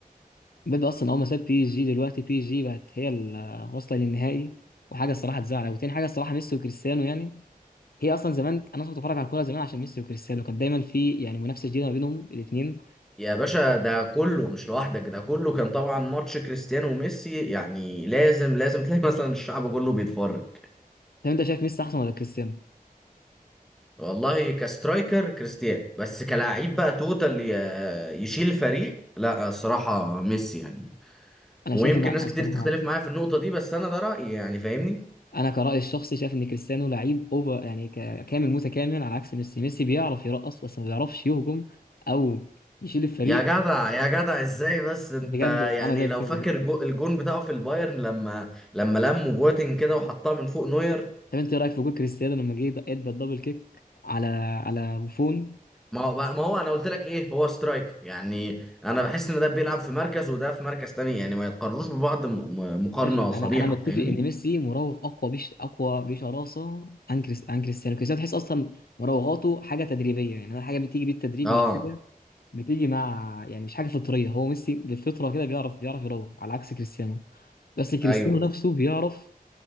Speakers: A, on the left; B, in the centre.
A: بيب اصلا اول ما ساب بي اس جي دلوقتي بي اس جي بقت هي ال- آه، واصله للنهائي وحاجه الصراحه تزعل وتاني حاجه الصراحه ميسي وكريستيانو يعني هي اصلا زمان انا كنت بتفرج على الكوره زمان عشان ميسي وكريستيانو كانت دايما في يعني منافسه جديده ما بينهم الاثنين
B: يا باشا ده كله مش لوحدك ده كله كان طبعا ماتش كريستيانو وميسي يعني لازم لازم تلاقي <laughs> مثلا الشعب كله بيتفرج
A: طب انت شايف ميسي احسن ولا كريستيانو؟
B: والله كسترايكر كريستيانو بس كلاعب بقى توتال ي- يشيل فريق لا الصراحة ميسي يعني
A: انا
B: ويمكن
A: شايف ان لا
B: ناس
A: الصراحه
B: كتير تختلف معايا في النقطة دي بس أنا ده رأيي يعني فاهمني؟
A: انا كرأيي الشخصي شايف ان كريستيانو لعيب اوفر يعني ك- كامل متكامل على عكس ميسي، ميسي بيعرف يرقص بس ما بيعرفش يهجم او يشيل الفريق
B: يا جدع يا جدع ازاي بس انت
A: بجد
B: يعني
A: انا شايف
B: لو
A: كده
B: فاكر جو الجون بتاعه في البايرن لما لما لموا بواتين كده وحطها من فوق نوير
A: طب انت ايه رايك في جول كريستيانو لما جه ادى الدبل كيك على على بوفون
B: ما هو بقى ما هو انا قلت لك ايه هو سترايكر يعني انا بحس ان ده بيلعب في مركز وده في مركز تاني يعني ما يتقارنوش ببعض م- م- مقارنة
A: ماشي انا
B: صريحة
A: انا متفق
B: فاهمني؟
A: ان ميسي مراوغ اقوى بش اقوى بشراسه عن كريس عن كريستيانو كريستيانو تحس اصلا مراوغاته حاجه تدريبيه يعني حاجه بتيجي بالتدريب
B: اه
A: مش حاجه بتيجي مع يعني مش حاجه فطريه هو ميسي بالفطره كده بيعرف بيعرف يروح على عكس كريستيانو بس كريستيانو
B: ايوه
A: نفسه بيعرف